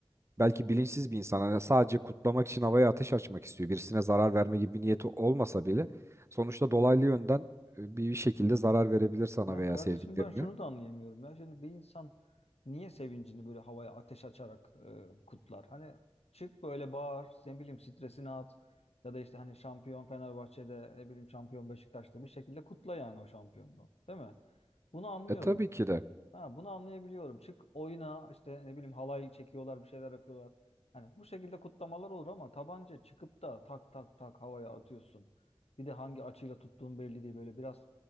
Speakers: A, on the right; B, on the left.
A: belki bilinçsiz bir insan hani sadece kutlamak için havaya ateş açmak istiyor. Birisine zarar verme gibi bir niyeti olmasa bile sonuçta dolaylı yönden e, bir şekilde zarar verebilir sana
B: Ben
A: veya
B: kardeşim
A: sevdiklerine.
B: ben şunu da anlayamıyorum ya. Şimdi bir insan niye sevincini böyle havaya ateş açarak e, kutlar? Hani çık böyle bağır, ne bileyim stresini at. Ya da işte hani şampiyon Fenerbahçe'de, ne bileyim şampiyon Beşiktaş'ta bir şekilde kutla yani o şampiyonluğu. Değil mi? Bunu anlıyorum.
A: E tabii ki de.
B: Ha, bunu anlayabiliyorum. Çık oyuna işte ne bileyim halay çekiyorlar bir şeyler yapıyorlar. Hani bu şekilde kutlamalar olur ama tabanca çıkıp da tak tak tak havaya atıyorsun. Bir de hangi açıyla tuttuğun belli değil. Böyle biraz